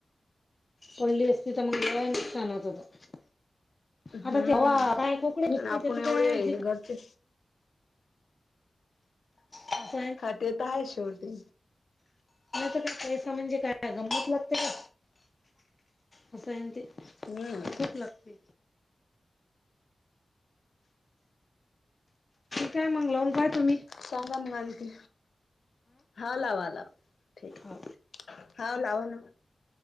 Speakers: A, on the left; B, on the left.
A: पडली असती तर मग नुकसान होत होत.
B: हम्म
A: आता तेव्हा काय कोकणी गुसती
B: आणि आपण
A: त्याच
B: एवढे
A: काय?
B: हे घरचे
A: <unintelligible>
B: हा ते तर आहे शेवटी
A: पैसा म्हणजे काय? काय गंमत लागते का, असं आहे ना ते.
B: हम्म.
A: खूप लागते काय मगलावून काय तुम्ही?
B: सांगा म आणती, हा लावा लावा, ठीक आहे.
A: हो
B: हाव लावा ना.